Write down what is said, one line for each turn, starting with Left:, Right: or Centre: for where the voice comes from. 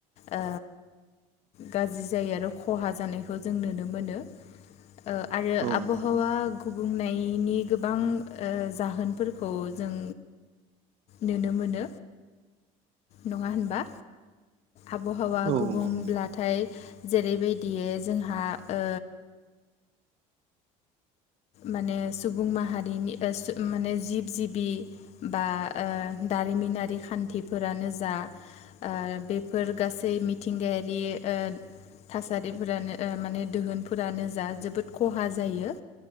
Left: ओ गाज्रि जायो आरो खहा जानायखौ जों नुनो मोनो। ओ आरो
Right: औ
Left: आबहावा
Right: नंगौ
Left: गुबुंनायनि गोबां ओ जाहोनफोरखौ जों नुनो मोनो नङा होनबा? आबहावा
Right: औ
Left: गुबुंब्लाथाय
Right: नंगौ नंगौ
Left: जेरैबायदि जोंहा ओ माने सुबुं माहारिनि ओ सु माने ओह जिब जिबि बा ओ दारिमिनारि खान्थिफोरानो जा ओ बेफोर गासै मिथिंगायारि ओ थासारिफोरानो ओ माने दोहोनफोरानो जा जोबोद खहा जायो